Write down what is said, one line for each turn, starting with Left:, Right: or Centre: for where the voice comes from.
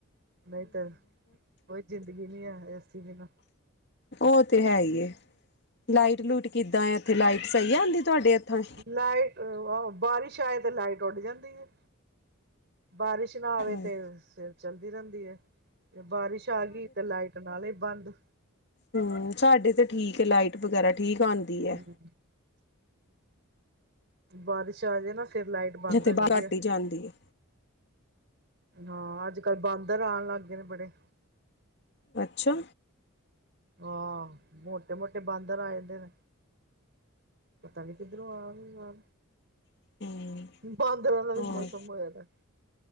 Right: ਨਹੀਂ ਤੇ ਕੋਈ ਜ਼ਿੰਦਗੀ ਨਹੀਂ ਹੈ, ਐਸੀ ਦੀ ਨਾਲ
Left: ਉਹ ਤੇ ਹੈ ਹੀ ਲਾਈਟ ਲੂਟ ਕਿੱਦਾਂ, ਇੱਥੇ ਲਾਈਟ ਸਹੀ ਆ ਹੁੰਦੀ ਤੁਹਾਡੇ? ਇੱਥਾਂ
Right: ਲਾਈਟ ਆਹ ਬਾਰਿਸ਼ ਆਏ, ਤੇ ਲਾਈਟ ਉੱਡ ਜਾਂਦੀ ਹੈ। ਬਾਰਿਸ਼ ਨਾ ਆਵੇ,
Left: ਹਮ
Right: ਤੇ ਸਿਰ ਚੱਲਦੀ ਰਹਿੰਦੀ ਹੈ ਤੇ ਬਾਰਿਸ਼ ਆ ਗਈ ਤੇ ਲਾਈਟ ਨਾ ਬੰਦ
Left: ਹੂਸ਼ ਸਾਡੇ ਤੇ ਠੀਕ ਹੈ ਲਾਈਟ ਵਗੈਰਾ ਠੀਕ ਆਦੀ
Right: ਹਮ
Left: ਐ।
Right: ਬਾਰਿਸ਼ ਆਜੇ ਨਾ, ਫਿਰ ਲਾਈਟ ਬੰਦ
Left: ਜਿੱਥੇ
Right: ਹੋ
Left: ਬਾਹਰ
Right: ਜਾਂਦੀ
Left: ਘਟੀ
Right: ਹੈ
Left: ਜਾਂਦੀ ਏ।
Right: ਹਾਂ ਅੱਜ-ਕੱਲ੍ਹ ਬਾਂਦਰ ਆਉਣ ਲੱਗ ਗਏ ਨੇ ਬੜੇ,
Left: ਅੱਛਾ,
Right: ਹਾਂ ਮੋਟੇ-ਮੋਟੇ ਬਾਂਦਰ ਆ ਜਾਂਦੇ ਨੇ, ਪਤਾ ਨੀ ਕਿਧਰੋਂ ਆ ਵੀ ਆ।
Left: ਹਮ
Right: ਬਾਂਦਰਾਂ ਦਾ ਵੀ
Left: ਹੋਰ
Right: ਮੌਸਮ ਹੋਇਆ ਤਾਂ,